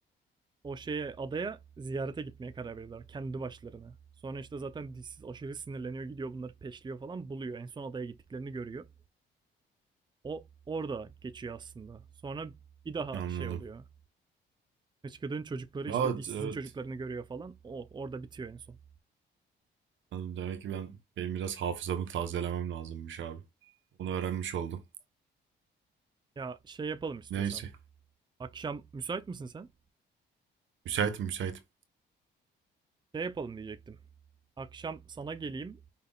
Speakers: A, on the right; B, on the right.
A: o şeye adaya ziyarete gitmeye karar veriyorlar kendi başlarına. Sonra işte zaten dişsiz aşırı sinirleniyor, gidiyor bunları peşliyor falan, buluyor. En son adaya gittiklerini görüyor. O orada geçiyor aslında. Sonra bir daha
B: Anladım.
A: şey oluyor. Hıçkırık'ın çocukları
B: Evet,
A: işte dişsizin
B: evet.
A: çocuklarını görüyor falan. O orada bitiyor en son.
B: Anladım. Demek ki ben benim biraz hafızamı tazelemem lazımmış abi. Onu öğrenmiş oldum.
A: Ya şey yapalım istiyorsan.
B: Neyse.
A: Akşam müsait misin sen?
B: Müsaitim müsaitim.
A: Şey yapalım diyecektim. Akşam sana geleyim.